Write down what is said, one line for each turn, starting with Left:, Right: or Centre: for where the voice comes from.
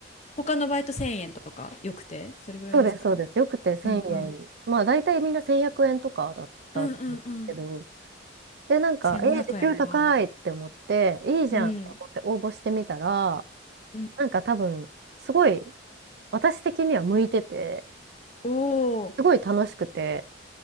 Left: 他のバイト1000円とかよくてそれぐらいですか
Right: そうです、そうです。よくて1000円。
Left: うんうん。
Right: まあ大体みんな1100円とかだったと思うんですけど、
Left: うんうんうん。
Right: で、なんか、
Left: 1500円は。
Right: えー、時給高いって思って、いいじゃんって思って応募してみたら、
Left: うん。うん。
Right: なんか多分、すごい、私的には向いてて、
Left: おお。
Right: すごい楽しくて、